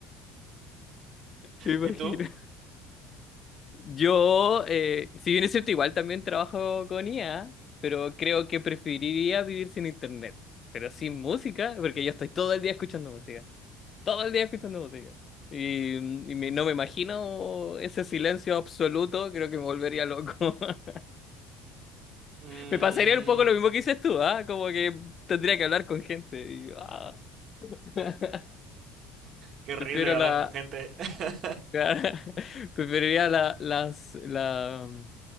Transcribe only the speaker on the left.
Me imagino.
Yo, eh, si bien es cierto, igual también trabajo con IA, pero creo que preferiría vivir sin internet, pero sin música, porque yo estoy todo el día escuchando música. todo el día escuchando música. Y, mm, y me- no me imagino ese silencio absoluto, creo que me volvería loco. <laughs>
Me pasaría un poco lo mismo que dices tú, ¿ah? Como que tendría que hablar con gente. y, ah. <laughs>
Prefiero
la...
<laughs> Preferiría la, las, la, mm,